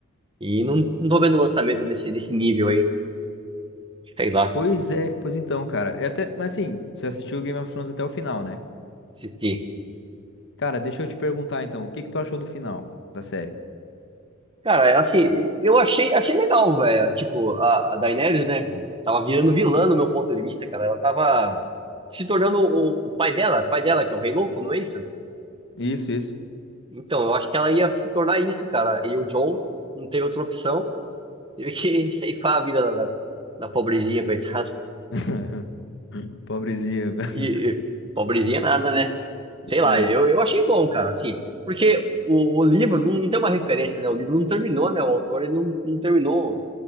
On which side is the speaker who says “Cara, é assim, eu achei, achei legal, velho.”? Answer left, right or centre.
Right